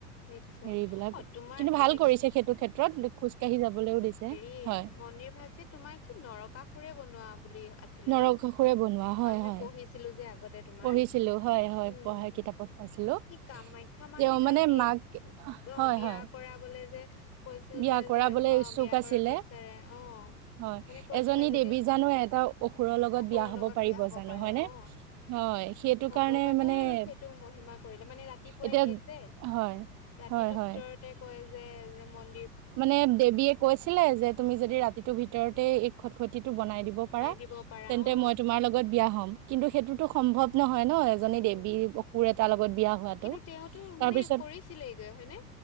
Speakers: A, on the left; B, on the right.
A: দেখিছো
B: হেৰিবলাক
A: অ তোমাৰ
B: কিন্তু ভাল
A: এনে
B: কৰিছে সেইটো ক্ষেত্ৰত খোজ কাঢ়ি যাবলৈও দিছে।
A: এ
B: হয়
A: মন্দিৰ ভাগ যে তোমাৰ কি নৰকাসুৰে বনোৱা বুলি আছিলে
B: নৰকাসুৰে
A: ন।
B: বনোৱা হয়
A: আমি
B: হয়
A: পঢ়িছিলো যে আগত তোমাৰ
B: পঢ়িছিলো হয় হয়
A: উম
B: পঢ়াৰ কিতাপত পাইছিলো
A: কি কামাখ্যা মাক
B: তেওঁ
A: নে কাক
B: মানে
A: বিয়ে
B: মাক
A: অ',
B: হয়
A: বিয়া
B: হয়
A: কৰা বলে যে। কৈছিল
B: বিয়া
A: যে
B: কৰাবলৈ
A: যে অ',
B: ইচ্ছুক
A: বিয়া কৰাৰ
B: আছিলে
A: বিচাৰে অ।
B: হয়
A: মানে কৈছিলা
B: এজনী
A: যদি
B: দেৱী জানো এটা অসুৰৰ লগত
A: অসুৰৰ
B: বিয়া হব
A: লগত
B: পাৰিব
A: বিয়া হব
B: জানো
A: পাৰে
B: হয়নে
A: অ।
B: হয় সেইটো
A: ভগৱানে
B: কাৰণে মানে
A: আৰু সেইটো মহিমা কৰিলে মানে ৰাতিপুৱাই
B: এতিয়া
A: দিয়ে যে।
B: হয়,
A: ৰাতিটোৰ
B: হয়, হয়।
A: ভিতৰতে কয় যে যে মন
B: মানে দেৱীয়ে কৈছিলে যে তুমি যদি ৰাতিটোৰ ভিতৰতে এই খট খতিটো বনাই দিব পাৰা।
A: দিব পাৰা
B: তেন্তে
A: অ
B: মই তোমাৰ লগত বিয়া হম কিন্তু সেইটোতো সম্ভৱ নহয় ন এজনী
A: উম
B: দেৱী অকুৰ এাৰ লগত বিয়া হোৱা
A: কিন্তু
B: তেওঁ
A: তেওঁতো
B: তাৰ
A: মানে
B: পাছত
A: কৰিছিলেগৈ হয়নে